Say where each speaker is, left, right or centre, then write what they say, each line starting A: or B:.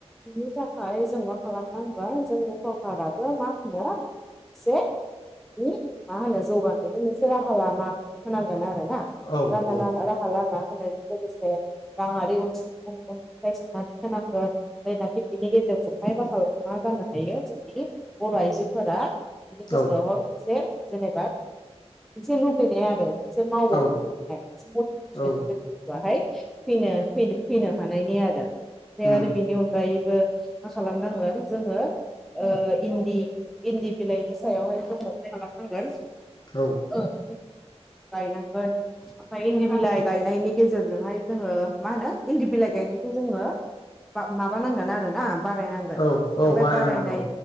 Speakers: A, in the centre; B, on the left (about 40°).
A: बिनि थाखाय जों मा खालामनांगौ ओ जोंनि सरखाराबो मा होनो एसे नि मा होनो जौगानायनि मोनसे राहा लामा होनांगोन आरो ना
B: औ
A: रामला
B: औ
A: राहला ला होनजों लोगोसे राङारि अनसुंथाइ सोनानै होनांगौ जायनाखि बिनि गेजेरजोंहाय माखा मा जानो हायो जोंनि बर आइजोफोरा बिनि गोसोआवहाय
B: औ
A: मोनसे जेनेबा मोनसे लुबैनाया आरो मोनसे मावावनो
B: औ
A: लुबैनाय मोनसे मटिभेसन
B: औ
A: गोथुआाहाय फैनो फैनो हानायनि आरो ओमफ्राय
B: उम
A: आरो बेनि अनगायै ओ मा खालामनांगोन जोङो ओ इन्दि इन्दि बिलाइनि सायावहाय जोङोहाय खालामालांनांगोन
B: औ
A: गायनांगोन ओमफ्राय इन्दि बिलाइ गायनायनि गेजेरजोंहाय जोङो मा होनो इन्दि बिलाइ गाय गायनायखौ जोङो माबानांगोन आरो ना बारायनांगोन
B: औ औ
A: ओमफ्राय
B: बानायनांगोन
A: बारायनाय